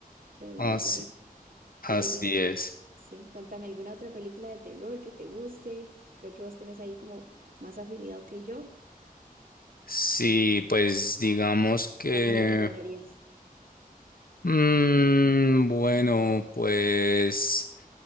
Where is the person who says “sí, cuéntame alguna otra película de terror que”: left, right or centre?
Right